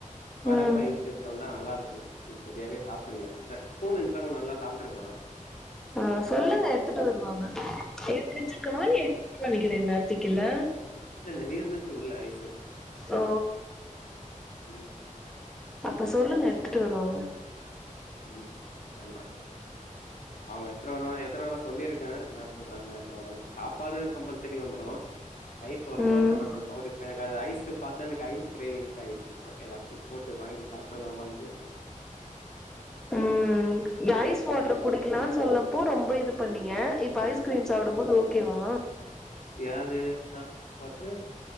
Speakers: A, on the left; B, in the centre.
A: வரப்பயிற்சியத்த
B: ம்
A: வந்தா நல்லா இருக்கும் ம் சரியாவே சாப்பிட்ல சார் ஸ்பூனு <unintelligible> நல்லா சாப்பிட்டுருக்கலாம்
B: ஆஹ் சொல்லுங்க எடுத்துட்டு வருவாங்க எனக் தெரிஞ்சு காலியாய்ட்னு நினைக்கிறே இன்நேரத்துக்கில்ல
A: இல்ல நறைய இருந்துச்சு உள்ள ஐசு
B: ஓ
A: ம்
B: அப்போ சொல்லுங்க எடுத்துட்டு வருவாங்க
A: உம் சொல்ற அவன் எத்தன வர எத்தன வர சொல்லியிருக்கேன் நான் <unintelligible> சாப்பாடு கம்பல்சரி வந்துரு ஐஸ் <unintelligible>
B: ம்
A: அது ஐஸ் பாத்தனுக்கு ஐஸ் கிரேவிங்ஸ் ஆய்ட்ச்சு இப்ப ஏதாச்சு போட்டு வாங்கி சாப்ட்ரலமொன்று
B: ம் ஐஸ் வாட்டர் குடிக்கலாம்னு சொல்லப்போ ரொம்ப இது பண்ணீங்க இப்ப ஐஸ்கிரீம் சாப்பிடும் போது ஓகேவா
A: யாரு ஜஸ் போட்டு